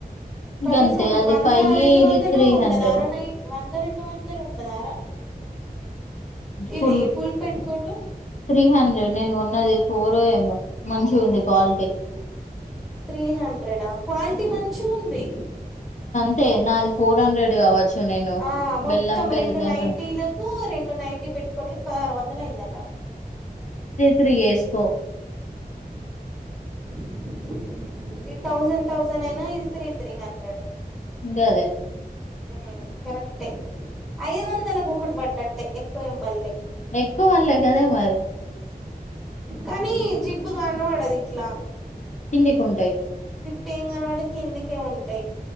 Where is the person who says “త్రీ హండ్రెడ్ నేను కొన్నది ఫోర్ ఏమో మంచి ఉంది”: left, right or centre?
Left